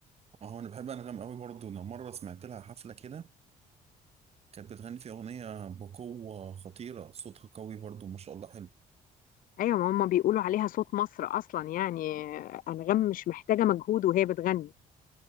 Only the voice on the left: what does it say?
ايوه ما هم بيقولوا عليها صوت مصر اصلا يعني آه، انغام مش محتاجه مجهود وهي بتغني